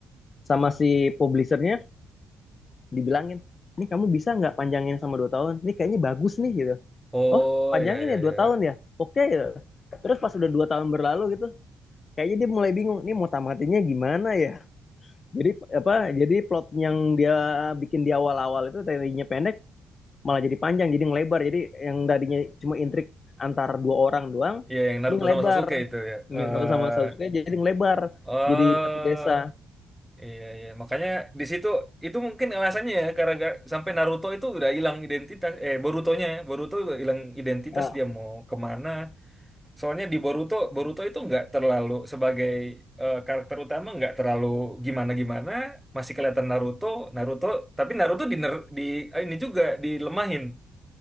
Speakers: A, on the left (about 40°); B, in the centre.
A: sama si publishernya dibilangin ini kamu bisa nggak panjangin sama dua tahun ini kayaknya bagus nih gitu
B: Oh
A: oh panjangin
B: ya ya
A: ya
B: ya,
A: dua tahun ya oke gitu. terus pas udah dua tahun berlalu gitu kayaknya dia mulai bingung ini mau tamatinnya gimana ya jadi apa jadi plot yang dia bikin di awal-awal itu tadinya pendek malah jadi panjang jadi ngelebar jadi yang tadinya cuma intrik antar dua orang doang
B: ya yang Naruto
A: ini ngelebar
B: sama Sasuke itu ya.
A: Naruto
B: eh
A: sama Sasuke jadi ngelebar
B: eh
A: jadi satu desa
B: iya iya makanya di situ itu mungkin alasannya ya karena ga- sampai Naruto itu udah hilang identitas eh Borutonya ya. Boruto udah hilang identitas
A: ah
B: dia mau kemana. Soalnya di Boruto Boruto itu nggak terlalu sebagai eh, karakter utama nggak terlalu gimana gimana masih kelihatan Naruto Naruto tapi Naruto di ner- di eh, ini juga dilemahin